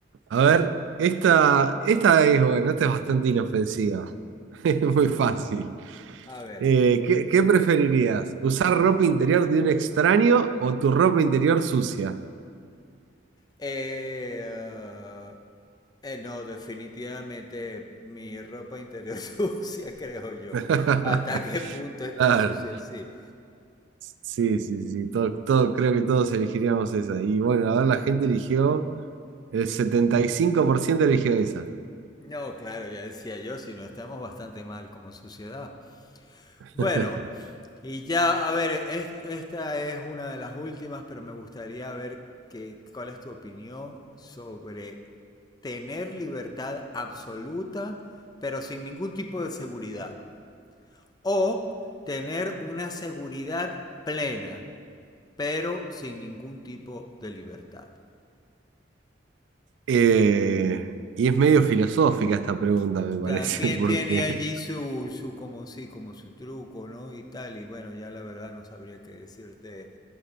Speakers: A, on the right (about 75°); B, on the left (about 20°).
A: A ver, esta, esta es, bueno, esta es bastante inofensiva. <laughs> Es muy fácil.
B: A ver.
A: Eh, ¿qué, qué preferirías? ¿Usar ropa interior de un extraño o tu ropa interior sucia?
B: Eh, uh, eh, no, definitivamente mi ropa interior <laughs> sucia, creo yo.
A: <laughs>
B: ¿Hasta qué punto está
A: Claro.
B: sucia? Sí.
A: Sí, sí, sí, todo, todo- creo que todos elegiríamos esa. Y bueno, a ver, la gente eligió, el 75% eligió esa.
B: No, claro, ya decía yo, si no estamos bastante mal como sociedad.
A: <laughs>
B: Bueno, y ya, a ver, es- esta es una de las últimas, pero me gustaría ver que, cuál es tu opinión sobre tener libertad absoluta, pero sin ningún tipo de seguridad. O tener una seguridad plena, pero sin ningún tipo de libertad.
A: Eh, y es medio filosófica esta pregunta, me parece,
B: También
A: <laughs> porque...
B: tiene allí su, su como sí, como su truco, ¿no? Y tal, y bueno, ya la verdad no sabría qué decirte